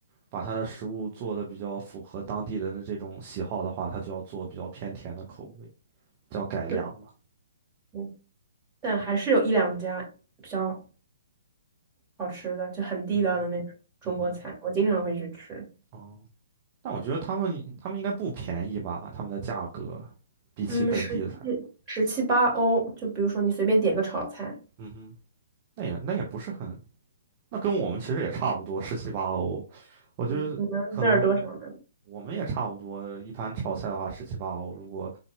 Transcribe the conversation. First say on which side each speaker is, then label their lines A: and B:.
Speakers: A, on the right (about 35°); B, on the right (about 20°).
A: 把它的食物做的比较符合当地人的这种喜好的话，它就要做比较偏甜的口味，叫改良嘛。
B: 对，嗯但还是有一两家比较好吃的，就很地道的那种中国菜，
A: 嗯嗯哼嗯
B: 我经常会去吃。
A: 哼哦，但我觉得他们他们应该不便宜吧，他们的价格比起本地的菜。
B: 嗯，十七十七八欧，就比如说你随便点个炒菜，
A: 嗯哼，那也那也不是很，那跟我们其实也差不多，十七八欧。我觉得可能
B: 嗯，你们那儿多少呢？
A: 我们也差不多，一盘炒菜的话十七八欧，如果